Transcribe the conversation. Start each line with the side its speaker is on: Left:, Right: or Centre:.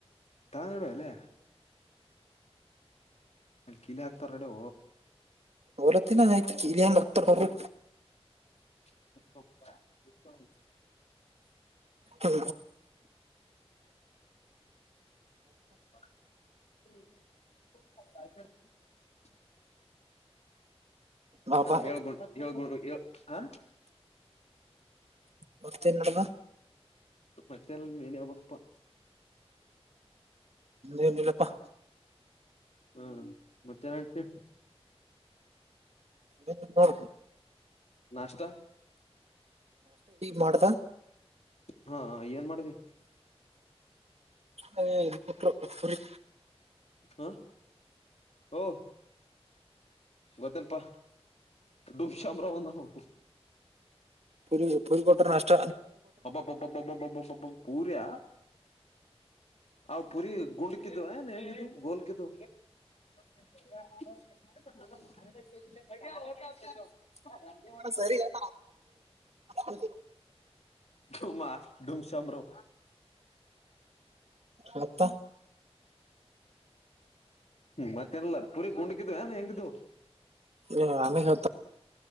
Left: ತರ ನಡುುವ ಅಲ್ಲೇ ಅಲ್ಲಿ ಕೀಲಿ ಹಾಕ್ತಾರ ನಡು
Right: ಬಲತ್ತ ನ ನತಿ ಕಲ್ಲಿನ್ಕ್ತ ಬ
Left: <inaudible>
Right: ಹೌ
Left: <inaudible>
Right: ಬಾಬಾ
Left: ಹ ಹೇಳ್ಂ ಹೇಳ್ೊಂಡರು ಹ
Right: ಮತ್ತೇನ್ ಮಾಡಡುವ
Left: ಮತ್ತೆಲ್ಲ ನೀಡಿ ಹೋಗಬೇಕಪ್ಪಾ
Right: ಏನ ಇಲ್ಲಪ್ಪಾ
Left: ಹಾ ಮತ್ತೆ ಯಾಕೆ
Right: ಹ್ಮ
Left: ನಾಶ್ತಾ
Right: ಮಾಡದಾ
Left: ಹಾ ಏನ್ ಮಾಡ್ದಿ
Right: ಅದ ಇದು ಕೊಟ್ಟ ಸರಿ
Left: ಹ್ಮ ಓ ಗೊತ್ತಲ್ಪಾ ದುಫಿ ಶಾಮ ರವ ನು
Right: ಪುರಿ ಪುರಿ ಕೊಟ್ರೆ ನಷ್ಟ
Left: ಪಬ್ಬ್ಬ್ ಪೂರ್ಯ ಆ್ ಪುರಿ ಗುಂಡ ಕಿದ್ದ ಏನ್ ಹೆಂಗಿದ್ದು ಗೋಲ್ ಕಿದ್ದು <unintelligible> <unintelligible>
Right: ತರಿ ಅ ಹ
Left: ಧೂಮಾ ಧೂಮಸ್ರಮ
Right: ಮತ್ತ
Left: ಮತ್ತೆಲ್ಲ ಪುರಿ ಗುಂಡಗಿದ್ ಏನ್ ಹೆಂಗ್ದು
Right: ಏ ಅಮಷತ